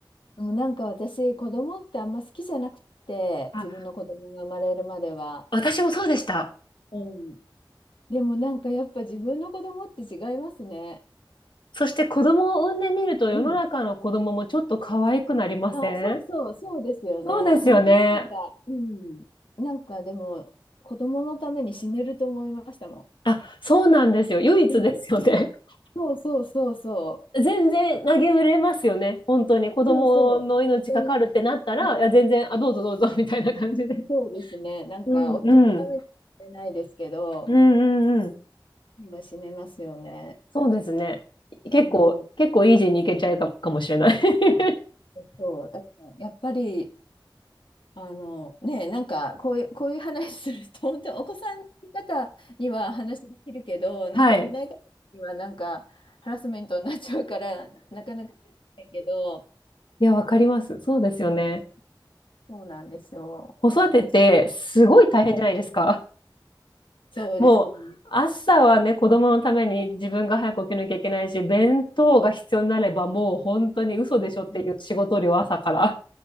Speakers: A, on the left (about 90°); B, on the left (about 70°).
A: でもなんか私、子供ってあんま好きじゃなくて、
B: あ、
A: 自分の子供が生まれるまでは。
B: 私もそうでした。
A: うん、でもなんかやっぱ自分の子供って違いますね。
B: そして子供を産んでみると世の中の子供もちょっと可愛くなりません
A: うんあ、そうそう、そうですよね。
B: そうですよね。
A: 本当になんか、うん。なんかでも、子供のために死ねると思いましたも
B: あ、そうなんですよ。唯一ですよね。
A: ん。うん
B: <laughs>
A: そう、そうそうそうそう。
B: 全然投げ売れますよね。本当に子供の命かかるってなったら、
A: そうそう、本当に、うん、
B: いや、全然、あ、どうぞどうぞみたいな感じで。
A: そうですね。なんか、
B: うん、
A: 夫のためには死ねないですけど、
B: うん、うん、うん、うん。
A: 今死ねますよね。
B: そうですね。結構、
A: うん。
B: 結構イージーにいけちゃうかも、かもしれない。<laughs>
A: そう、だからやっぱり、あの、ね、なんか、こういう、こういう話すると、本当にお子さんの方には話できるけど、なんかいない方には、
B: はい。
A: なんか、ハラスメントになっちゃうから、なかなかできないけど、
B: いや、わかります。そうですよね。
A: うん、そうなんですよ。
B: 子育てってすごい大変じゃないですか。
A: うん、そうですよね。
B: もう、朝はね、子供のために自分が早く起きなきゃいけないし、弁当が必要になればもう本当に嘘でしょっていう仕事量朝から。
A: そうですね。